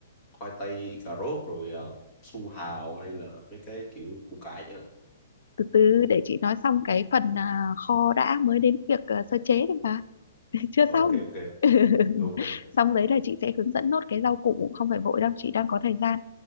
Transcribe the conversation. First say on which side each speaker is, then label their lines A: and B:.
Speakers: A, on the left; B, on the left.
A: khoai tây cà rốt rồi ờ, su hào hay là mấy cái kiểu củ cải chẳng hạn
B: từ từ để chị nói xong cái phần à, kho đã mới đến việc à, sơ chế được mà <laughs> chưa
A: Ờ,
B: xong
A: ok ok
B: <laughs>
A: ok
B: xong đấy là chị sẽ hướng dẫn nốt cái rau củ không phải vội đâu chị đang có thời gian